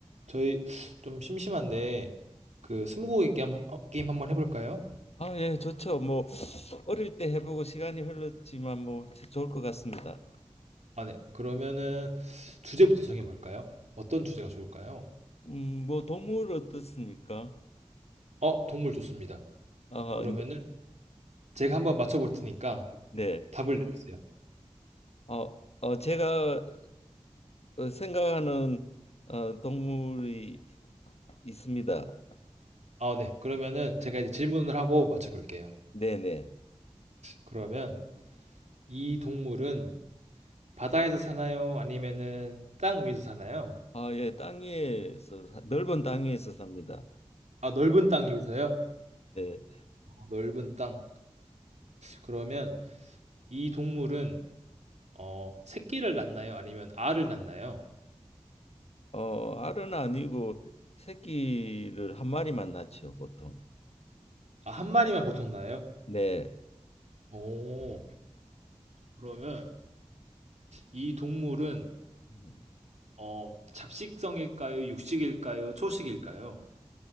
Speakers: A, on the right; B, on the left.
A: 저희 좀 심심한데 그 스무고개 게임, 어, 게임 한번 해볼까요?
B: 아, 예, 좋죠. 뭐 어릴 때 해보고 시간이 흘렀지만 뭐 좋을 것 같습니다.
A: 아, 네. 그러면은 주제부터 정해볼까요? 어떤 주제가 좋을까요?
B: 음, 뭐 동물 어떻습니까?
A: 어, 동물 좋습니다.
B: 아,
A: 그러면은 제가 한번 맞춰볼 테니까
B: 네.
A: 답을 내주세요.
B: 어, 어, 제가 어, 생각하는 어, 동물이 있습니다.
A: 아, 네. 그러면은 제가 이제 질문을 하고 맞춰볼게요.
B: 네, 네.
A: 그러면 이 동물은 바다에서 사나요? 아니면은 땅 위에서 사나요?
B: 아, 예, 땅 위에서 사- 넓은 땅 위에서 삽니다.
A: 아, 넓은 땅 위에서요?
B: 네.
A: 어, 넓은 땅. 그러면 이 동물은 어, 새끼를 낳나요? 아니면 알을 낳나요?
B: 어, 알은 아니고 새끼를 한 마리만 낳죠, 보통.
A: 아, 한 마리만 보통 나요?
B: 네.
A: 오, 그러면 이 동물은
B: 음,
A: 어, 잡식성일까요? 육식일까요? 초식일까요?